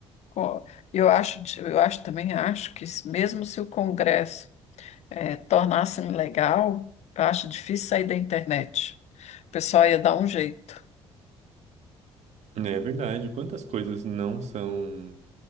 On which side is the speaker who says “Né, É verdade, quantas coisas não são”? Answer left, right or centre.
Right